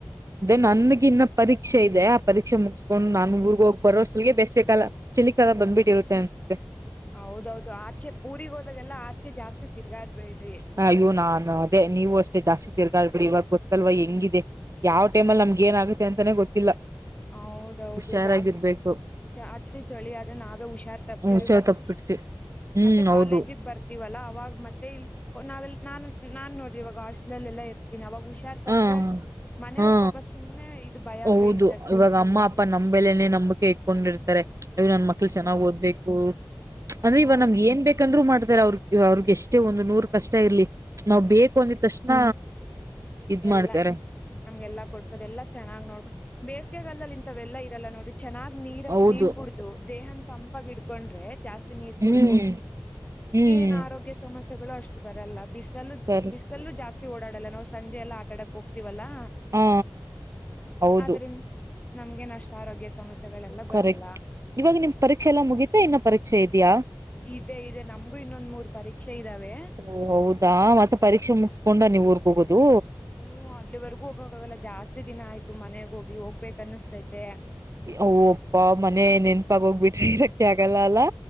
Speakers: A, on the right (about 40°); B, on the left (about 20°).
A: ದೆ ನನ್ಗ ಇನ್ನ ಪರೀಕ್ಷೆ ಇದೆ ಆ ಪರೀಕ್ಷೆ ಮುಗಸ್ಕೊಂಡು ನಾನು ಊರ್ಗ ಹೋಗಿ ಬರೋ ಈಗ ಬೇಸ ಕಾಲ ಚಿ ಕಾಲ ಬಂದ್ಬಿಟ್ಟಿರುತ್ತೆ ಅನ್ಸುತ್ತೆ
B: ಹೌದೌದು ಆಚೆ ಊರಿಗ ಹೋದಾಗೆಲ್ಲಾ ಆಚೆ ಜಾಸ್ತಿ ತಿರ್ಗಾರ್ಬೇಡ್ರಿ
A: ಹ ನಾನು ಅದೇ ನೀವು ಅಷ್ಟೇ ಜಾಸ್ತಿ ತಿರ್ಗಾಳ್ ಬಿಡಿ ಇವಾಗ ಗೊತ್ತಲ್ವ ಹೆಂಗಿದೆ ಯಾವ ಟೈಮ ಅ ನಮ್ಗೆ ಏನ ಆಗುತ್ತೆ ಅಂತಾನೇ ಗೊತ್ತಿಲ್ಲ
B: ಹೌದೌದು
A: ಹುಷಾರಾಗಿರ್ಬೇಕು
B: ಜಾಸ್ತಿ ಚಾಸ್ತಿ ಚಳಿ ಆದ್ರೆ ನಾವೇ ಹುಷಾರ್ ತಪ್ತೀವಿ
A: ಹುಷಾರ್
B: ಮತ್ತೆ
A: ತಪ್ಪಿಡ್ತಿ ಹ್ಮ್
B: ಮತ್ತೆ
A: ಹೌದು
B: ಕಾಲೇಜಿಗ್ ಬರ್ ಇವಲ್ಲ ಅವಾಗ ಮತ್ತೆ ಇ ನಾವೆ ನಾನ್ ನಾನ್ ನೋಡ್ರಿ ಇವಾಗ ಹಾಸ್ಟೆಲ್ ಎಲ್ಲಾ ಇರ್ತೀನಿ ಅವಾಗ ಹುಷ ಹುಷಾರ್ ತಪ್ಪಿದ್ರೆ
A: ಹ
B: ಮನೆಯವ್ರ
A: ಹಾ
B: ಪಾಪ ಸುಮ್ನೆ ಇದು ಭಯ
A: ಹೌದು
B: ಬೀಳ್
A: ಇವಾಗ ಅಮ್ಮ ಅಪ್ಪ ನಮ ಮೇಲೆನೆ ನಂಬಕೆ ಇಕೊಂಡಿರ್ತಾರೆ ಅವು ನನ್ ಮಕ್ಳು
B: ಹ
A: ಚೆನ್ನಾಗ್ ಓದ್ಬೇಕು ಅಂದ್ರೆ ಇವ
B: ಹೌದು
A: ನಮ್ಗೆ ಏನ್ ಬೇಕಂದ್ರು ಮಾಡ್ತಾರ ಅವ್ರಗ್ ಅವ್ರಗ್ ಎಷ್ಟೇ ಒಂದು ನೂರ್ ಕಷ್ಟ ಇರ್ಲಿ ನಾವ್ ಬೇಕು ಅಂದಿದ ತಕ್ಷಣ ಇದ್ ಮಾಡ್ತಾರೆ
B: ಎಲ್ಲಾ ನಮ್ಗೆಲ್ಲಾ ಕೊಡ್ಸದೆ ಎಲ್ಲಾ ಚೆನ್ನಾಗ್ ನೋಡ್ ಬೇಸಿಗೆಗಲ್ದಲ್ಲಿ ಇಂತಾವ ಎಲ್ಲ ಇರಲ್ಲ ನೋಡ್ರಿ ಚೆನ್ನಾಗ್ ನೀರ
A: ಹೌದು
B: ನೀರ್ ಕುಡ್ದು ದೇಹನ್ ತಂಪಾಗಿ ಇಡ್ಕೊಂಡ್ರೆ ಜಾಸ್ತಿ ನೀರ್
A: ಹ್ಮ್
B: ಕುಡ
A: ಹ್ಮ್
B: ಏನು ಆರೋಗ್ಯ ಸಮಸ್ಯೆಗಳು ಅಷ್ಟು ಬರಲ್ಲ ಬ
A: ಸರಿ
B: ಬ ಲ್ಲೂ ಜಾಸ್ತಿ ಓಡಾಡಲ್ಲ ನಾವು ಸಂಜೆಲ್ಲ ಆಟಾಡಕ್ ಹೋಗ್ತಿವಲ್ಲಾ
A: ಹಾ ಹೌದು
B: ಆದ್ರಿಂದ ನಮ್ಗೆ ನಷ್ಟ ಆರೋಗ್ಯ ಸಮಸ್ಯೆಗಳೆಲ್ಲ
A: ಕರೆಕ್ಟ್
B: ಬರಲ್ಲ
A: ಇವಾಗ ನಿಮ್ ಪರೀಕ್ಷೆ ಎಲ್ಲಾ ಮುಗೀತಾ ಇನ್ನ ಪರೀಕ್ಷೆ ಇದ್ಯಾ
B: ಇದೆ ಇದೆ ನಮ್ಗು ಇನ್ನೊಂದ್ ಮೂರ್ ಪರೀಕ್ಷೆ ಇದ್ದಾವೆ
A: ಓ ಹೌದಾ ಮತ್ತೆ ಪರೀಕ್ಷೆ ಮುಗಸ್ಕೊಂಡ ನೀವ್ ಊರ್ಗ್ ಹೋಗೋದು
B: ಹ್ಮ್ ಅಲ್ಲಿವರ್ಗೂ ಹೋಗಕ್ಕಾಗಲ್ಲ ಜಾಸ್ತಿ ದಿನ ಆಯ್ತು ಮನೆಗ ಹೋಗಿ ಹೋಗ್ಬೇಕ ಅನಿಸ್ತೈತೆ
A: ಓ ಅಪ್ಪ ಮನೆ ನೆನ್ಪಾಗ ಹೋಗ್ಬಿಟ್ರಿ ಇದಕ್ಕೆ ಆಗಲ್ಲ ಅಲ್ಲಾ